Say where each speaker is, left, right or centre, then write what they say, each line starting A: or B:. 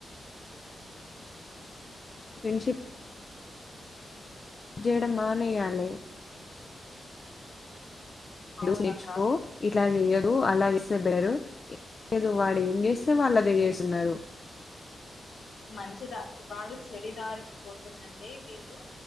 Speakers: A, on the left; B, on the left.
A: విష <inaudible> చేయడ మానేయాలి
B: అవునక్క
A: చూసి నేర్చుకో ఇలా చేయదు అలా చేస్తేరు ఏదు వాడు ఏం చేస్తే వాళ్ళు అదే చేస్తున్నారు
B: మంచిదారి వాడు చెడి దారికి పోతుందంటే వీళ్ళు